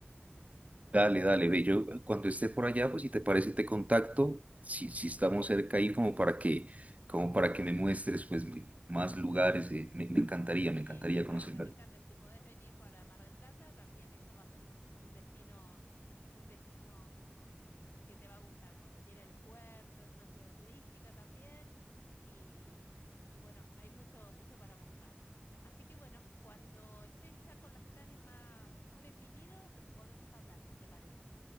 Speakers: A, on the right; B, on the left.
A: Dale, dale, ve, yo cuando esté por allá, pues si te parece te contacto, si,
B: Sí.
A: si estamos cerca ahí como para que como para que me muestres pues me- más lugares, eh, me, me encantaría,
B: Sí,
A: me encantaría
B: me encanta,
A: conocer.
B: me encanta. Si podés venir para Mar del Plata, también eso va a ser un, un destino, un destino eh, que te va a gustar, porque tiene el puerto, es una ciudad turística también, y, y bueno, hay mucho, mucho para mostrar. Así que bueno, cuando estés ya con los planes más, más definidos, volvemos a hablar, si te parece.